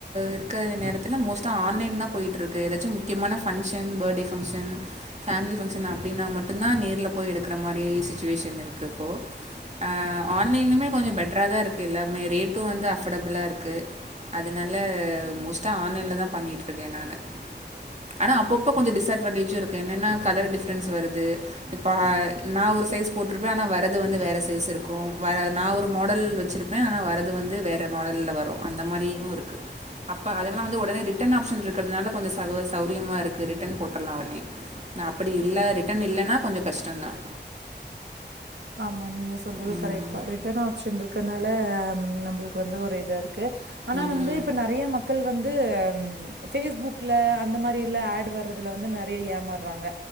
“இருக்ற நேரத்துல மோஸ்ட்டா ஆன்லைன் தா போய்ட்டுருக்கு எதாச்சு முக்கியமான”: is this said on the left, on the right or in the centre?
Right